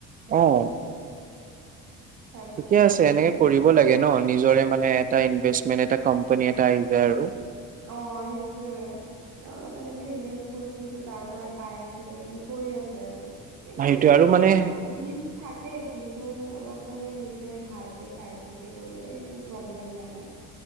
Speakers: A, on the right (about 20°); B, on the right (about 45°).
A: অঁ।
B: তাৰপিছত
A: ঠিকে
B: কিনা
A: আছে
B: খিনি
A: এনেকে
B: বেলেগ
A: কৰিব
B: হয়
A: লাগে ন নিজৰে মানে এটা ইনভেষ্টমেন্ট এটা কোম্পানী এটা আহি যায় আৰু।
B: অঁ সেইটোয়ে। মানে অলপ এনেকে ইনভেষ্ট কৰিছিল তাৰ পৰা পাই আছে ত সেইটো কৰি আছে আৰু- এনেই কৰিলে
A: সেইটোৱে আৰু
B: ভাল
A: মানে
B: এইটো। মিচ থাকে কিন্তু অলপ মানে নিজে ভালকৈ চাই চিন্তি কৰিলে একো প্ৰব্লেম নাই।